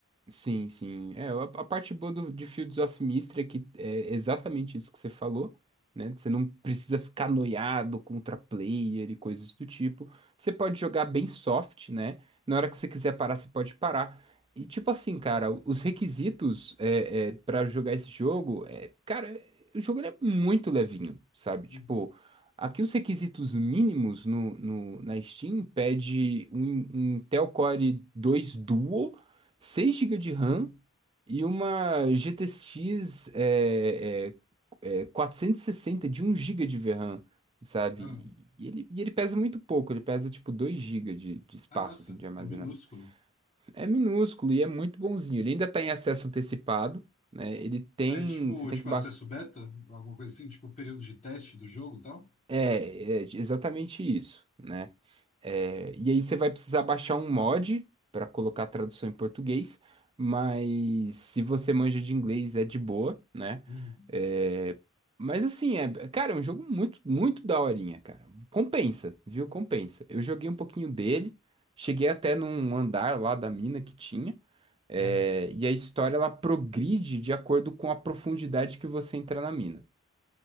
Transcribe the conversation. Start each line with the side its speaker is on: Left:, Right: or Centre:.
Right: Sim, sim. É, a, a parte boa do, de Fields of Mystery é que é exatamente isso que você falou, né? Você não precisa ficar noiado contra player e coisas do tipo. Você pode jogar bem soft, né? Na hora que você quiser parar, você pode parar. E tipo assim, cara, os requisitos é, é, para jogar esse jogo, é, cara, o jogo ele é muito levinho, sabe?
Left: Uhum.
Right: Tipo, aqui os requisitos mínimos no, no, na Steam pede um, um Intel Core 2 Duo 6 gigas de RAM e uma GTX é, é, é, 460 de um GB de VRAM, sabe?
Left: Ah,
Right: E ele, e ele pesa muito pouco, ele pesa tipo 2 gigas de, de espaço
Left: ah, nossa,
Right: assim, de armazenamento.
Left: é minúsculo.
Right: É minúsculo e é muito bonzinho. Ele ainda está em acesso antecipado, né? Ele tem.
Left: É tipo,
Right: Você tem
Left: tipo
Right: que. ba-
Left: acesso beta, alguma coisa assim, tipo período de teste do jogo e tal.
Right: É, é exatamente isso, né? É, e aí você vai precisar baixar um mod para colocar a tradução em português, mas se você manja de inglês é de boa, né?
Left: Uhum.
Right: É, mas assim, é, cara, é um jogo muito, muito daorinha, cara. Compensa, viu? Compensa. Eu joguei um pouquinho dele, cheguei até num andar lá da mina que tinha, é,
Left: Aham.
Right: e a história ela progride de acordo com a profundidade que você entra na mina.